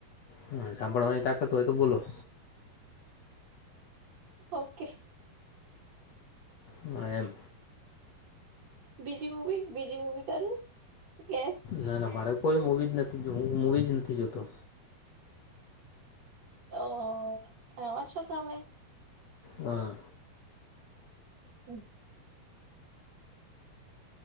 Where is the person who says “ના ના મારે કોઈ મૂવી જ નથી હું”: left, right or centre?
Left